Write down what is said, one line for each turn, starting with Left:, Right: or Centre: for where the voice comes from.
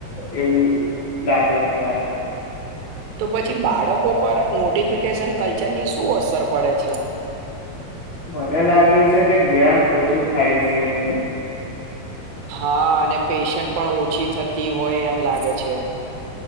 Left: એવું લાગે છે આપડે
Right: તો પછી બાળકો પર નોટિફિકેશન કલ્ચરની શું અસર પડે છે
Left: મને લાગે છે કે ધ્યાન ઓછું થાય છે એમનું
Right: હા અને પેશન્ટ પણ ઓછી થતી હોય એમ લાગે છે <inaudible>